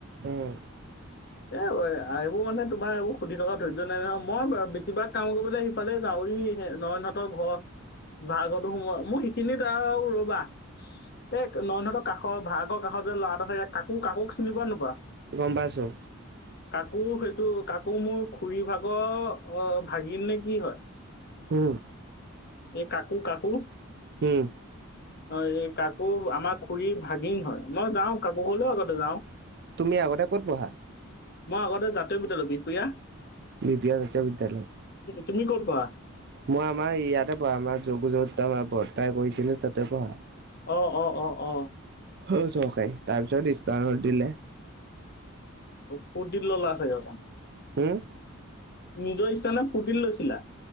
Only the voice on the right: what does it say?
উম
গম পাইছো
উম।
উম
তুমি আগতে ক'ত পঢ়া।
বিহপুৰীয়া বিশ্ববিদ্যালয়
মই আমাৰ ইয়াতে পঢ়া আমাৰ যগত্তমহা বিদ্যালয় তাই কৰিছিলে তাতে পঢ়া
অ চৰকাৰি তাৰপিছত ইষ্টৰ্ণল দিলে
উম